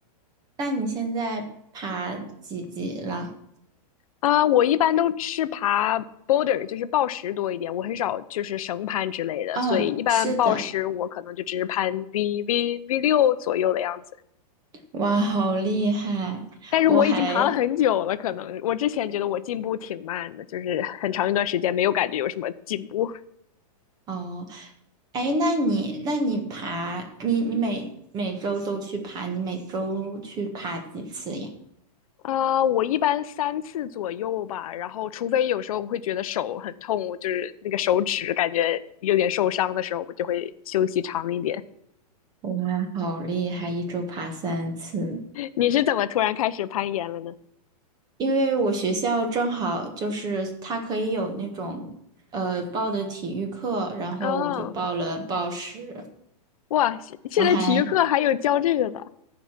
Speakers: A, on the right; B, on the left.
A: 那你现在爬几级了？
B: 啊，我一般都是爬 boulder，就是抱石多一点，我很少就是绳攀之类的，
A: 嗯，
B: 所以一般抱石我可能就只是攀
A: 是的，
B: V V V 六左右的样子。
A: 哇，好厉害！
B: 但是我已经爬了很久了，
A: 我还
B: 可能我之前觉得我进步挺慢的，就是很长一段时间没有感觉有什么进步。
A: 哦，哎，那你那你爬，你你每每周都去爬，你每周去爬几次呀？
B: 啊我一般三次左右吧，然后除非有时候我会觉得手很痛，我就是那个手指感觉有点受伤的时候，我就会休息长一点。
A: 哇，好厉害，一周爬三次。
B: 你是怎么突然开始攀岩了呢？
A: 因为我学校正好就是他可以有那种呃报的体育课，然后我就报了报时，
B: 啊。哇，现现在体育课还有教这个的，
A: 然后还